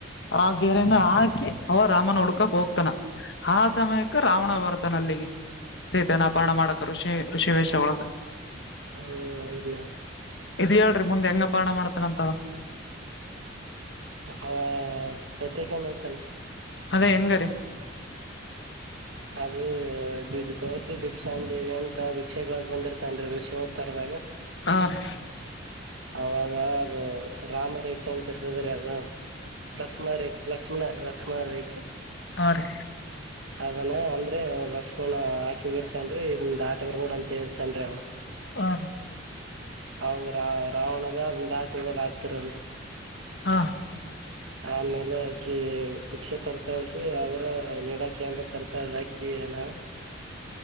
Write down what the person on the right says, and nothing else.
ಹ ಹೌದು
ಅವ <unintelligible> ಎತ್ತ್ಯಾಕೊಂಡ ಹೋತನ ರಿ
ಅದ್ ಭವತಿ ಭಿಕ್ಷಾ ದೇವಿ ಅಂತ ಭಿಕ್ಷೆಬೇಡಾಕ ಬಂದಿರ್ತನ್ರಿ ಋಷಿ ಅವತಾರದಾಗ
ಅವಾಗ ಅದು ರಾಮ ರೇಖೆ ಅಂತ ಇರ್ತದ ರೀ ಅದು ಲಕ್ಷ್ಮಣ ರ ಲಕ್ಷ್ಮಣ ಲಕ್ಷ್ಮಣ ರೇಕ
ಅದನ ಅಂದ್ರೆ ಲಕ್ಷ್ಮಣ ಹಾಕಿ ಹೋಗಿರ್ತನರಿ ಇದನ ದಾಟಿ ಬರಬೇಡ ಅಂತ ಹೇಳಿರ್ತನರಿ ಅವ್ನ
ಅವ ರಾ ರಾವಣಗೆ ಅದ್ ದಾಟಿ ಇರೋದ ಆಾಕ್ತಾರಲ್
ಆಮೇಲೆ ಅಕ್ಕಿ ಭಿಕ್ಷೆ ತರ್ತಾಳ್ರಿ ಆದ್ರ ನೀಡಾಕಿ ಅಂದ್ರ ತರ್ತಾಳಿ ಅಕ್ಕಿ ಏನ